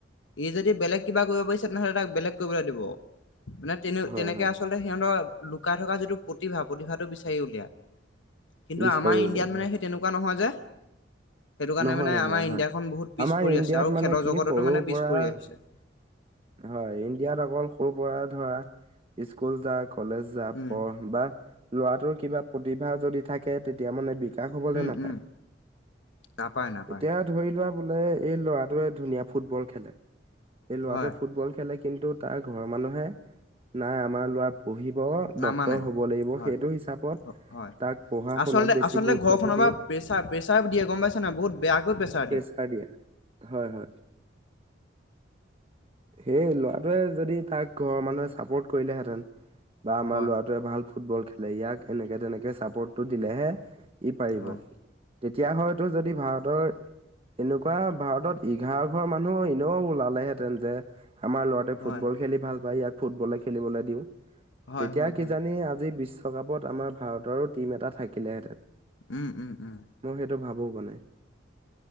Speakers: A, on the left (about 85°); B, on the right (about 30°).
A: ই যদি বেলেগ কিবা কৰিব পাৰিছে তেনেহ'লে তাক বেলেগ কৰিবলৈ দিব। মানে তেনে
B: হয়
A: তেনেকে
B: হয়
A: আচলতে সিহঁতৰ লুকাই থকা যিটো প্ৰতিভা, প্ৰতিভাত তো বিচাৰি উলিয়াই। কিন্তু
B: বিচাৰি
A: আমাৰ ইণ্ডিয়াত
B: উলিয়াই
A: মানে
B: হয়
A: সেই তেনেকুৱা নহয় যে। সেইটো কাৰণে
B: নহয়
A: মানে
B: নহয়
A: আমাৰ ইণ্ডিয়াখন
B: হয়
A: বহুত পিছ
B: আমাৰ
A: পৰি
B: ইণ্ডিয়াত
A: আছে আৰু
B: মানে
A: খেলৰ
B: কি
A: জগততো
B: সৰুৰ
A: মানে
B: পৰা
A: পিছ পৰি আহিছে।
B: হয় ইণ্ডিয়াত অকল সৰু পৰা ধৰা স্কুল যাক। কলেজ যা
A: উম,
B: পঢ় বা ল'ৰাটোৰ কিবা ভা যদি থাকে তেতিয়া মানে বি। হবলৈ
A: উম,
B: নাপায়
A: উম, নাপায় নাপায়
B: এতিয়া ধৰি লোৱা। বোলে এই ল'ৰাটোৱে ধুনীয়া ফুটবল খেলে। এই লৰাটোৱে।
A: হয়।
B: ফুটবল খেলে কিন্তু তাৰ ঘৰৰ মানুহে নাই আমাৰ লৰা। পঢ়িব
A: নামানে
B: ডক্তৰ হ'ব লাগিব।
A: হয়
B: সেইটো হিচাপত
A: হয়
B: তাক পঢ়া
A: আচলতে
B: শুনাত বেছি
A: আচলতে
B: গুৰুত্বটো
A: ঘৰখনৰ
B: দিয়ে
A: পৰা প্ৰেছাৰ প্ৰেছাৰ দিয়ে গম পাইছা নাই বহুত বেয়াকৈ প্ৰেছাৰ
B: প্ৰেচাৰ দিয়ে হয় হয়। সেই ল'ৰাটোৱে যদি তাক ঘৰৰ মানুহে চাপোৰ্ট কৰিলেহেঁতেন। বা আমাৰ
A: হয়
B: ল'ৰাটোৱে ভাল। ফুটবল খেলে ইয়াক এনেকে তেনেকে চাপৰ্টটো দিলেহে। ই পাৰিব।
A: হয়
B: তেতিয়া হয়তো যদি ভাৰতৰ এনেকুৱা ভাৰতত এঘাৰ ঘৰ মানুহ এনেও ওলালেহেঁতেন যে। আমাৰ ল'ৰাতে ফুটবল
A: হয়
B: খেলি ভাল পায় ইয়াক। ফুটবলে খেলিবলৈ দিওঁ।
A: হয়
B: তেতিয়া
A: হয় হয়
B: কিজানি আজি বিশ্ব। বিশ্বকাপত আমাৰ ভাৰতৰো টীম এটা থাকিলেহেঁতেন
A: উম- উম- উম
B: মই সেইটো ভাবো মানে